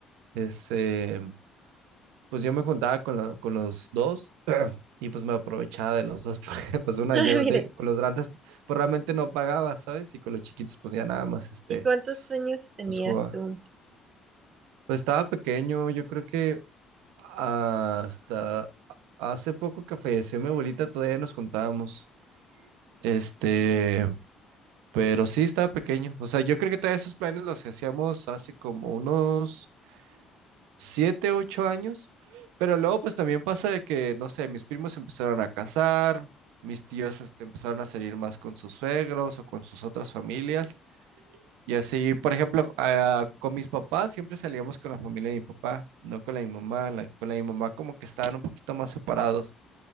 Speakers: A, on the right; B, on the right.
A: ese, pues yo me juntaba con, la- con los dos y pues me aprovechaba de los dos, <laughs> porque pues una
B: <laughs> Ah,
A: yo
B: mira.
A: de, con los grandes pues realmente no pagaba, ¿sabes? Y con los chiquitos pues ya nada más este,
B: ¿Y cuántos años tenías
A: pues jugaba.
B: tú?
A: Pues estaba pequeño, yo creo que hasta hace poco que falleció mi abuelita todavía nos juntábamos. Este, pero sí estaba pequeño. O sea, yo creo que todos esos planes los hacíamos hace como unos siete, ocho años. Pero luego, pues también pasa de que, no sé, mis primos se empezaron a casar, mis tíos este, empezaron a salir más con sus suegros o con sus otras familias. Y así, por ejemplo, ah, con mis papás siempre salíamos con la familia de mi papá, no con la de mi mamá. La- con la de mi mamá como que estaban un poquito más separados,